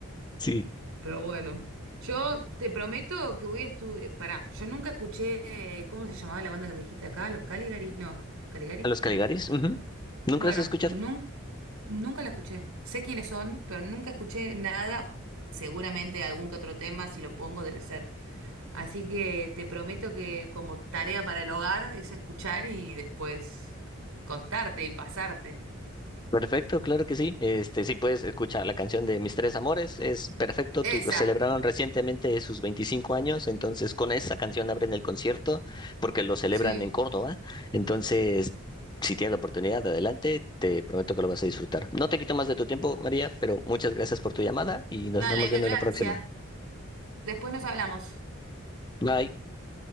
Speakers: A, on the left; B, on the right.
A: Sí.
B: Pero bueno, yo te prometo que voy a estudiar. Pará, yo nunca escuché, eh, ¿cómo se llamaba la banda que me dijiste acá? ¿Los Caligari? No, ¿Caligari?
A: ¿A los Caligaris?
B: No.
A: Ujú. ¿Nunca
B: Bueno,
A: las has escuchado?
B: nun- nunca la escuché. Sé quiénes son, pero nunca escuché nada. Seguramente algún que otro tema, si lo pongo, debe ser. Así que te prometo que como tarea para el hogar es escuchar y después contarte y pasarte.
A: Perfecto, claro que sí. Este, sí puedes escuchar la canción de Mis Tres Amores, es perfecto.
B: Esa,
A: Tu- celebraron recientemente sus 25 años, entonces con esa canción abren el concierto porque lo celebran
B: sí.
A: en Córdoba. Entonces, si tienes la oportunidad, adelante, te prometo que lo vas a disfrutar. No te quito más de tu tiempo, María, pero muchas gracias por tu llamada y nos
B: Dale,
A: estamos
B: gracias.
A: viendo en la próxima.
B: Después nos hablamos.
A: Bye.